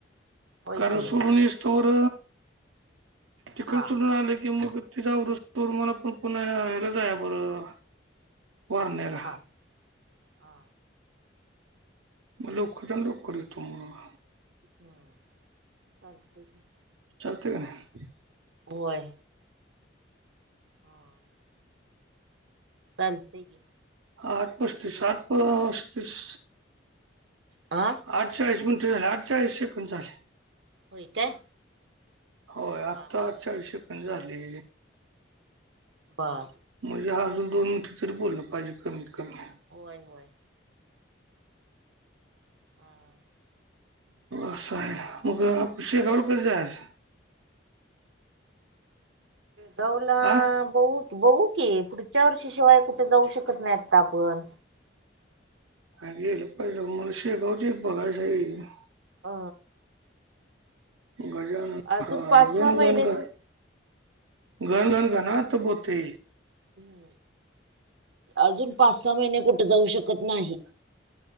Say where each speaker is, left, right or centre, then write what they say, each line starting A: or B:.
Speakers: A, on the right; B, on the right.
A: होय
B: कारण
A: की
B: सोडून तंवर तिकून
A: हा
B: सडून आले की मग तिज् तू मला पण पुन्हा मला हला जायाय बर, बरं वारण्याला.
A: हा हा
B: मग लवकरच लवकर येतो मग.
A: हम्म. चालतंय की.
B: चलते का नाई?
A: होय हा. चालते की.
B: आठ पस्तीस, साठ पस्तीस.
A: आ?
B: अठचाळीस म्हणतोय झाल्यात. अठचाळीसशे सेकंड झाल्यात.
A: होय काय?
B: होय, आत्ता
A: हा हा
B: चाळीस सेकंड झाले.
A: बा..
B: म्हणजे... अजून मिनट तरी पाहिजे, कमीत -कमी.
A: होय... होय... हा
B: असं आहे. मग <inaudible> आप शेखावरड <inaudible> क जा आहे
A: दौ.. लांब
B: आ
A: बउ... बहू की... पुढच्या वर्षी शिवाय कुठ जाऊ शकत नाही आता आपण.
B: अग... पहिला माऊ शेगावच म्हण श <inaudible>
A: अ....
B: गजानन
A: अजून
B: <inaudible>
A: पाच
B: गण...
A: सहा महिने
B: गण... गण...
A: तर
B: गण... गण.. गणात गोते.
A: ह्म्म्म.... अजून पाच- सहा महिने कुठे शकत नाही.